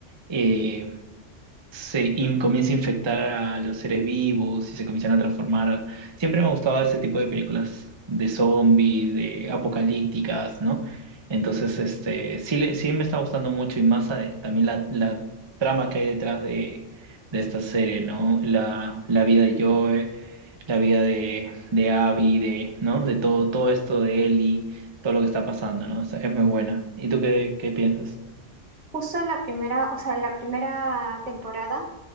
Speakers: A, on the right; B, on the right.
A: eh, se in- comienza a infectar a los seres vivos y se comienzan a transformar. Siempre me ha gustado ese tipo de películas de zombies, de apocalípticas, ¿no? Entonces, este, sí, le- sí me está gustando mucho y más a- también la, la trama que hay detrás de, de esta serie, ¿no? La, la vida de Joe, la vida de, de Abby, de, ¿no? De todo, todo esto de Ellie, todo lo que está pasando, ¿no? Está- Es muy buena. ¿Y tú qué, qué piensas?
B: Justo la primera, o sea, la primera temporada.